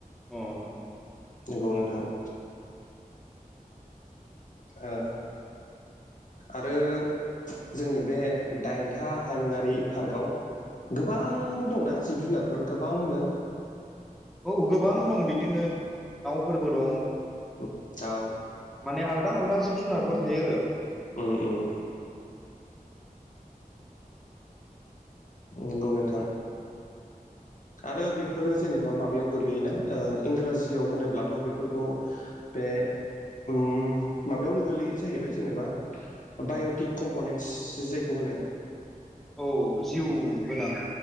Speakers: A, in the centre; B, on the left.
A: अ।
B: नंगौ नोंथां। ओ आरो जोंनि बे दाइनथा हायुङारि पार्कआव गोबां दंना जिब जुनारफोर गोबांनो?
A: औ गोबां दं बिदिनो दाउफोरबो दं।
B: उम दाउ
A: माने आलदा आलदा जिब जुनारफोर थायो आरो।
B: उम उम। नंगौ नोंथां। आरो बेफोरो जेनेबा माबायाव गोलैयोना ओ इंराजियाव होनोब्लाथ' बेफोरखौ बे उम माबायावनो गोलैयो जाहैबाय जेनेबा बाय'टिक कम्प'नेन्टस जायखौ होनो
A: औ जिउ गोनां।